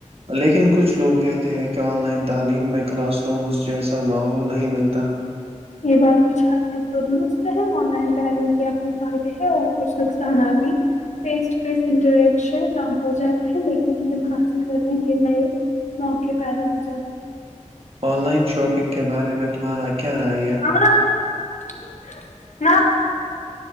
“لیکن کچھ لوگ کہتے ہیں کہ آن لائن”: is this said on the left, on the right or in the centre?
Right